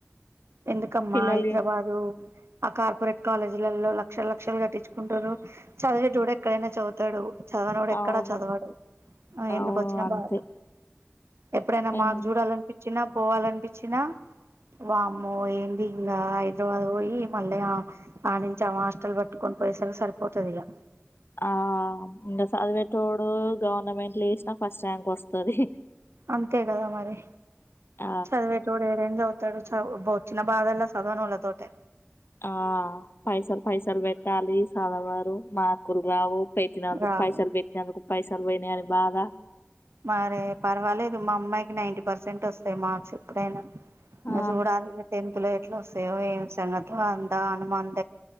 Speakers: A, on the right (about 80°); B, on the left (about 60°).
A: ఎందుకమ్మా
B: పిల్లలు
A: హైదరాబాదు ఆ కార్పొరేట్ కాలేజీలలో లక్షల లక్షలు కట్టించుకుంటారు చదివే తోడు ఎక్కడైనా చదువుతాడు చదవని వాడు ఎక్కడా
B: అవును
A: చదవాడు ఆ
B: అవును
A: ఎందుకు వచ్చినా
B: అంతే
A: బాధ ఎప్పుడైనా మాకు
B: ఎన్
A: చూడాలనిపించినా పోవాలనిపించినా బాగు అమ్మో ఏంటి ఇంకా హైదరాబాద్ పోయి మళ్ళీ ఆనించి హాస్టల్ పట్టుకని పోయిసరికి సరిపోతాది పోతాదిగా
B: ఆ ఇంకా చదివేటోడు గవర్నమెంట్లు వేసినా ఫస్ట్ ర్యాంక్ వస్తాది
A: అంతే కదా మరి
B: ఆ
A: చదివేతోడు ఏడైనా చదువుతాడు డు చ వచ్చిన బాధ అల్లా చదవనోళ్ల తోటే
B: ఆ పైసలు పైసలు పెట్టాలి చదవరు మార్కులు రావు పెట్టినందుకు
A: రావు
B: పైసలు పెట్టినందుకు పైసలు పోయనాని బాధ
A: మరి పర్వాలేదు మా అమ్మాయికి నైన్టీ పర్సెంట్ వస్తాయి మార్క్స్ ఎప్పుడైనా
B: ఆ
A: చూడాలి ఇ టెన్త్ లో ఎట్లా వస్తాయో ఏమి సంగతి అంతా హనుమాన్